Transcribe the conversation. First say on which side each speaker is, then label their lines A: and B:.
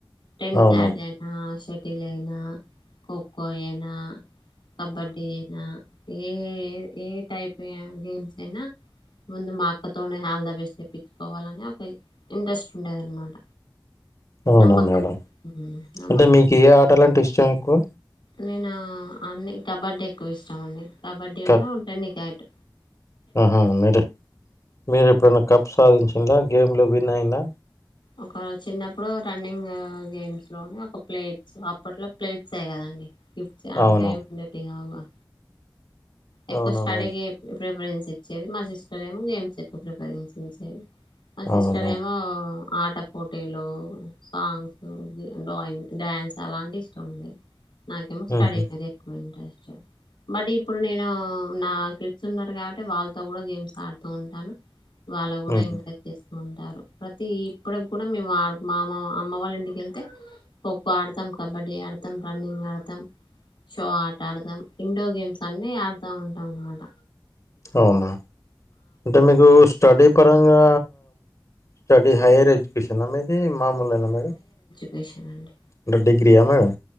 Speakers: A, on the left; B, on the left.
A: టెన్
B: అవునా
A: గార్డెన్ హాకీ అయినా ఖోఖో అయినా కబడ్డీ అయినా ఏ ఏ టైప్ గేమ్స్ అయినా ముందు మా అక్కతోనే హల్ ద బెస్ట్ తెప్పించుకోవాలని ఒక ఇంట్రెస్ట్ ఉండేది అనమాట
B: అవునా
A: నమ్మకం
B: మేడం
A: నమ్మకం
B: అంటే మీకు ఏ ఆటలంటే ఇష్టం ఎక్కువ
A: నేను అన్ని కబడ్డీ ఎక్కువ ఇష్టం అండి కబడ్డీ
B: క
A: ఉన్న టన్నికియట్
B: ఆహా <inaudible> మీరు ఎప్పుడైనా కప్ సాధించ ంద గేమ్ లో విన్ అయినా
A: ఒక చిన్నప్పుడు రన్నింగ్ గేమ్స్ లోని ఒక ప్లేట్స్ అప్పట్లో ప్లేట్సే కదండి <unintelligible>
B: అవునా
A: ఎక్కువ
B: అవునా
A: స్టడీ
B: మేడం
A: చేయకు ప్రిపరెన్స్ ఇచ్చేది మా సిస్టర్ ఏమో గేమ్స్ ఎక్కువ ప్రిపరెన్స్ ఇచ్చేది ఆ సిస్టర్
B: అవునా
A: ఏమో ఆటపోటీలు, సాంగ్స్, డ్రాయింగ్, డ్యాన్స్ అలాంటివి ఇష్టం ఉండేది నాకేమో స్టడీ
B: ఉహు
A: మీద ఎక్కువ ఇంట్రెస్ట్ బట్ ఇప్పు డు నేను నా కిడ్స్ ఉన్నారు కాబట్టి వాళ్ళతో కూడా గేమ్స్ ఆడుతూ ఉంటాను వాళ్ళ కూడా
B: ఉహు
A: ఎంకరేజ్ చేస్తు ఉంటారు ప్రతి ఇప్పటికి కూడా మేముడు మా అమ్మ అమ్మ వాళ్ళ ఇంటికెళ్తే ఖోఖో ఆడతాం, కబడ్డీ ఆడతాం, రన్నింగ్ ఆడతాం షో ఆట ఆడతాం ఇండోర్ గేమ్స్ అన్నీ ఆడుతా ఉంటాం అనమాట
B: అవునా అంటే మీకు స్టడీ పరంగా స్టడీ హైర్ ఎజ్యుకేషనా మీ ది మామూలానే మరి
A: కేషన్ అండి
B: మీరు డిగ్ర్రియా మేడం